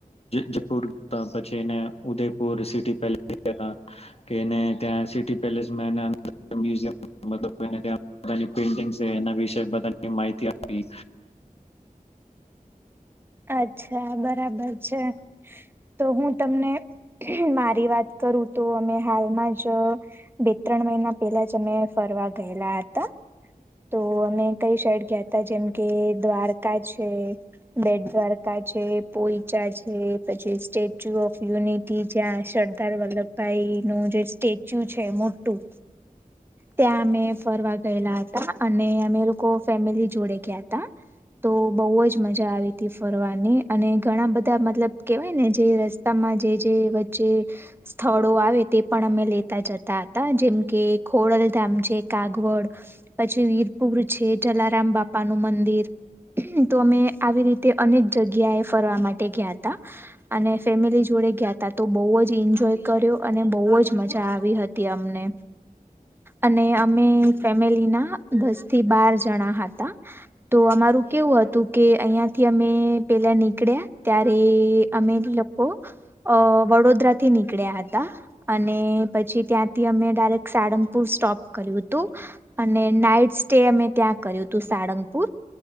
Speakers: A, on the left; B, on the right.
A: જપુર પછી ને ઉદયપુર સિટી પેલેસ કેને ત્યાં સિટી પેલેસમાં એને મ્યુઝિયમ પેઈન્ટીંગ્સ એના વિશે માહિતી આપવી.
B: અચ્છા બરાબર છે, તો હું તમને મારી વાત કરું તો અમે હાલમાં જ બે ત્રણ મહિના પેલા જ અમે ફરવા ગયેલા હતા, તો અમે કઈ સાઈડ ગયા હતા જેમ કે દ્વારકા છે... બેટ દ્વારકા છે, પોઈચા છે, પછી સ્ટેચ્યુ ઓફ યુનિટી જ્યાં સરદાર વલ્લભભાઈ નું જે સ્ટેચ્યુ છે મોટું... ત્યાં અમે ફરવા ગયેલા હતા, અને અમે લોકો ફેમિલી જોડે ગયાતા તો બહુ જ મજા આવીતી ફરવાની અને ઘણા બધા મતલબ કેવાય ને જે રસ્તામાં જે જે વચ્ચે સ્થળો આવે, તે પણ અમે લેતા જતા હતા, જેમ કે... ખોડલધામ છે, કાગવડ પછી વીરપુર છે જલારામ બાપાનું મંદિર, તો અમે આવી રીતે અનેક જગ્યાએ ફરવા માટે ગયાતા અને ફેમિલી જોડે ગયાતા તો બહુ જ એન્જોય કર્યો અને બહુ જ મજા આવી હતી અમને. અને અમે ફેમિલીના દસ થી બાર જણા હતા તો અમારું કેવું હતું કે અહીંયાથી અમે પેલા નીકળ્યા ત્યારે અમે લોકો અ વડોદરા થી નીકળ્યા હતા અને પછી ત્યાંથી અમે ડાયરેક્ટ... સાળંગપુર સ્ટોપ કર્યું હતું, અને નાઈટ સ્ટે અમે ત્યાં કર્યું હતું, સાળંગપુર